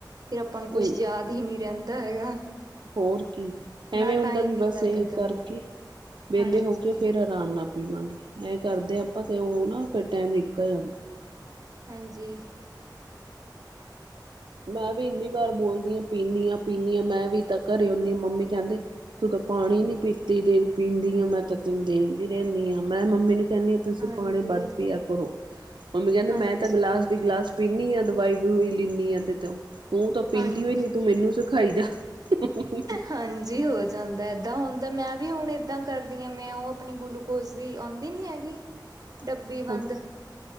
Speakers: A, on the right (about 55°); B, on the right (about 85°).
A: ਫਿਰ ਆਪਾਂ ਨੂੰ ਕੁਛ
B: ਤੇ
A: ਯਾਦ ਹੀ ਨੀ ਰਹਿੰਦਾ ਹੈਗਾ।
B: ਹੋਰ ਕੀ, ਐਵੇਂ
A: ਨਾ
B: ਹੁੰਦਾ
A: ਟਾਈਮ
B: ਵੀ
A: ਹੀ
B: ਬਸ
A: ਲੱਗਦਾ
B: ਇਹ ਕਰਕੇ ਵਿਹਲੇ
A: ਹਾਂਜੀ
B: ਹੋ ਕੇ ਫੇਰ ਆਰਾਮ ਨਾਲ ਪੀਵਾਂਗੇ, ਐ ਕਰਦੇ ਆਪਾਂ ਤੇ ਉਹ ਨਾ ਫਿਰ ਟਾਈਮ ਨਿਕਲ ਜਾਂਦਾ।
A: ਹਾਂਜੀ।
B: ਮੈਂ ਵੀ ਇੰਨੀ ਵਾਰ ਬੋਲਦੀ ਹਾਂ ਪੀਂਨੀ ਹਾਂ, ਪੀਂਨੀ ਹਾਂ, ਮੈਂ ਵੀ ਤਾਂ ਘਰੇ ਆਉਦੀ ਹਾਂ ਮੰਮੀ ਕਹਿੰਦੇ ਤੂੰ ਤਾਂ ਪਾਣੀ ਨੀ ਪੀਤੀ ਦੇ ਪੀਂਦੀ ਆ, ਮੈਂ ਤਾਂ ਤੈਨੂੰ ਦੇਖਦੀ ਰਹਿੰਦੀ ਹਾਂ ਮੈਂ ਮੰਮੀ ਨੂੰ ਕਹਿੰਦੀ ਹਾ ਤੁਸੀਂ
A: ਹਾਂਜੀ
B: ਪਾਣੀ ਵੱਧ ਪਿਆ ਕਰੋ, ਮੰਮੀ ਕਹਿੰਦੇ
A: ਹਾਂਜੀ
B: ਮੈਂ ਤਾਂ ਗਿਲਾਸ ਦੀ ਗਲਾਸ ਪੀਂਨੀ ਆ ਦਵਾਈ ਦਵਈ ਲੈਂਦੀ ਆ, ਤੇ ਤ ਤੂੰ ਤਾਂ ਪੀਂਦੀ
A: ਹਾਂਜੀ
B: ਹੋਈ ਨੀ ਤੂੰ ਮੈਨੂੰ ਸਿਖਾਈ ਜਾ <inaudible> ਹੀ ਹੀ
A: ਹਾਂਜੀ ਹੋਰ। ਜਾਂਦਾ ਏਦਾਂ ਹੁਣਦਾ ਮੈਂ ਵੀ ਹੁਣ ਏਦਾਂ ਕਰਦੀ ਹਾਂ, ਮੈਂ ਉਹ ਆਪਣੀ ਗਲੂਕੋਜ ਦੀ ਆਂਦੀ ਨੀ ਹੈਗੀ।
B: <inaudible>
A: ਡੱਬੀ
B: ਹਾਂ
A: ਬੰਦ